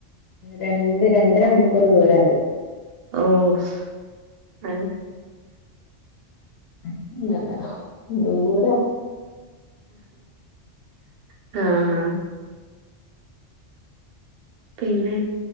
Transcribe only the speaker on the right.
ഓഹ് അഹ്
ആഹ് പിന്നെ